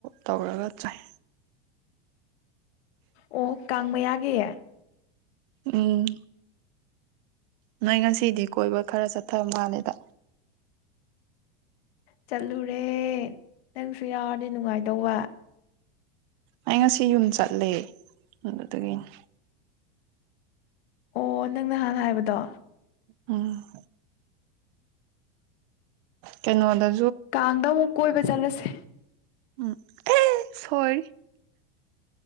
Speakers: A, on the right; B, on the left.
A: ꯇꯧꯔꯒ ꯆꯥꯏ
B: ꯑꯣ ꯀꯥꯡꯪ ꯃꯌꯥꯒꯤ ꯑꯦ
A: ꯎꯝ ꯅꯣꯏ ꯉꯁꯤꯗꯤ ꯀꯣꯏꯕ ꯈꯔ ꯆꯠꯊꯕ ꯃꯥꯜꯂꯦꯗ
B: ꯆꯠꯂꯨꯔꯦ ꯅꯪꯁꯨ ꯌꯥꯎꯔꯗꯤ ꯅꯨꯡꯉꯥꯏꯗꯧꯕ
A: ꯑꯩ ꯉꯁꯤ ꯌꯨꯝ ꯆꯠꯂꯦ ꯑꯗꯨꯗꯒꯤꯅꯦ
B: ꯑꯣ ꯅꯪ ꯅꯍꯥꯟ ꯍꯥꯏꯕꯗꯣ
A: ꯑꯝ ꯀꯩꯅꯣ ꯋꯥꯗ
B: ꯀꯥꯡꯗ ꯑꯃꯨꯛ ꯀꯣꯏꯕ ꯆꯠꯂꯁꯦ
A: ꯎꯝ ꯑꯦ ꯁꯣꯔꯤ